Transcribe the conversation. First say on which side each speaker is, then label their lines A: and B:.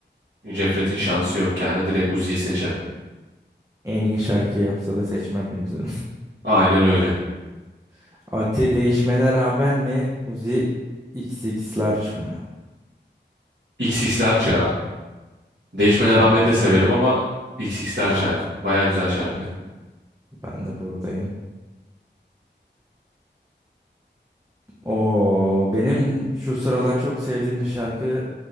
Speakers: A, on the right; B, on the right.
A: Cefret'in şansı
B: Hı hı.
A: yok yani direkt Uzi'yi seçerim.
B: En iyi şarkı yapsa da seçmem diyorsun.
A: Aynen öyle.
B: <laughs> Ati değişmene rağmen mi? Uzi XX'lar mı?
A: XX'ler çağı. Değişmene
B: Ben
A: rağmen
B: de.
A: de severim ama X XX'ler çağı.
B: Ben de.
A: Baya güzel şarkı.
B: Ben de. Ben de buradayım. O benim şu sıralar çok sevdiğim bir şarkı